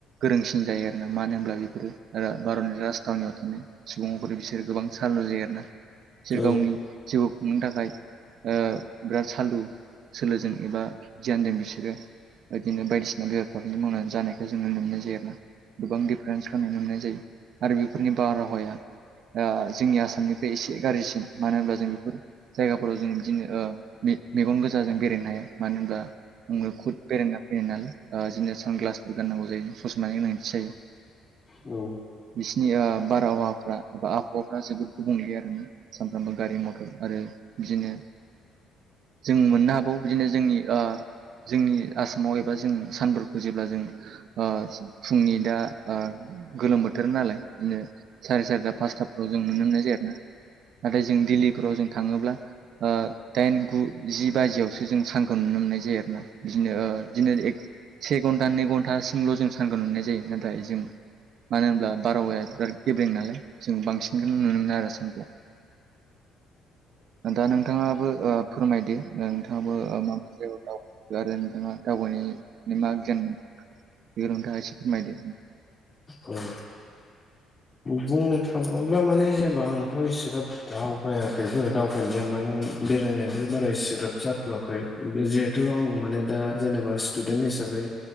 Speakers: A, on the right (about 60°); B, on the left (about 25°).
A: गोरोंसिन जायो आरोना मानो होनब्ला बेफोरो ओ भारतनि राजथावनियाव थानाय सुबुंफोर बिसोरो गोबां साललु जायो आरोना। बिसोर
B: औ
A: गावनि जिउ खुंनो थाखाय ओ बिराद सालु सोलोजों एबा गियानजों बिसोरो ओ बिदिनो बायदिसिना बेफार फालांगि मावनानै जानायखौ जों नुनो मोननाय जायो आरोना गोबां <unintelligible> नुनो मोननाय जायो आरो बेफोरनि बारहावाया ओ जोंनि आसामनिफ्राय एसे गाज्रिसिन मानो होनब्ला जों बेफोर जायगाफोराव जों बिदिनो ओ मे मेगन गोजा जों बेरायनो हायो मानो होनब्ला आङो खुद बेरायना फैयो नालाय ओ जोंनो सानग्लासफोर गाननांगौ जायो फसंनानै गोनांथि जायो।
B: औ।
A: बिसिनि ओ बारहावाफ्रा एबा आबहावाफ्रा जोबोद गुबुंले आरोना। सानफ्रामबो गारि मथर आरो बिदिनो जों मोननो हाबाव बिदिनो जोंनि ओ जोंनि आसामाव एबा जों <unintelligible> जेब्ला जों ओ फुंनि दा ओ गोलोम बोथोर नालाय बिदिनो साराय सारिथा पासथाफ्राव जों नुनो मोननाय जायो आरोना। नाथाय जों दिल्लीफोराव जों थाङोब्ला ओ दाइन गु जि बाजियावसो जों सानखौ नुनो मोननाय जायो आरोना बिदिनो ओ बिदिनो से घन्टा नै घन्टासिमल' जों सानोन नुनाय जायो नाथाय जों मानो होनब्ला बारहावाया बिराद गेब्रें नालाय जों बांसिनखौ नुनो मोनो आरो सानखौ। <inaudible> दा नोंथाङाबो ओ फोरमायदो नोंथाङाबो मा मा जायगायाव दावबाय खो आरो नोंथाङा दावबाय मा गियान मोनखो बेखौ नोंथाङा एसे फोरमायदो।
B: औ। बुंनो थाङोब्ला माने जेनेबा आंथ' इसिग्राब दाव बायाखैबो दावबायनाया माने बेरायनायबो बारा इसिग्रोब जाथ'वाखै। बे जेद थ' आं माने दा जेनेबा स्टुदेन्ट हिसाबै